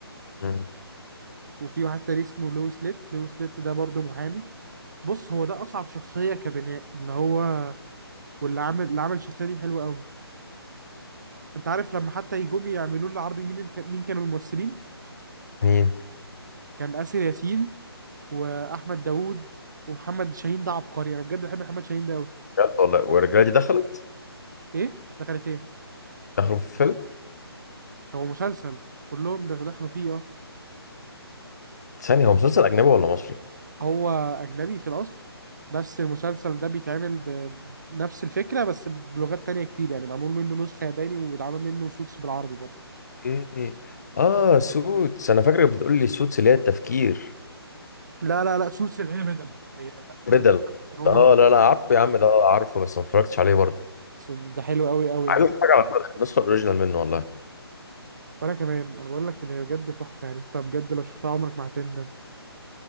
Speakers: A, on the left (about 40°); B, on the right (about 45°).
A: مم.
B: وفي واحد تاني اسمه لويس ليت لويس ليت ده برضه محامي بص هو ده اصعب شخصية كبناء اللي هو واللي عامل اللي عامل الشخصية دي حلوة قوي انت عارف لما حتى يجوم يعملوا له عربي مين الك- مين كانوا الممثلين
A: مين
B: كان آسر ياسين واحمد داوود ومحمد شاهين ده عبقري انا بجد بحب محمد شاهين ده قوي
A: بجد والله والرجاله دي دخلت
B: ايه دخلت ايه
A: اخر فيلم
B: هو مسلسل كلهم دخ- دخلوا فيه اه
A: ثانيه هو مسلسل اجنبي ولا مصري
B: هو اجنبي في الاصل بس المسلسل ده بيتعمل ب- بنفس الفكره بس بلغات تانية كتير يعني معمول منه نسخه ياباني واتعمل منه سوتس بالعربي برضه
A: اوكي اه سوتس انا فاكرك بتقول لي سوتس اللي هي التفكير
B: لا لا لا سوتس اللي هي بدل هي
A: بدل
B: بدل. هم
A: اه
B: م-
A: لا لا عارفه يا عم ده آه، عارفه بس ما اتفرجتش عليه برضه
B: بس ده حلو قوي قوي
A: عايز
B: يعني
A: اتفرج على النسخه الاوريجينال منه والله
B: وانا كمان انا بقول لك اللي بجد تحفه يعني انت بجد لو شفتها عمرك ما هتندم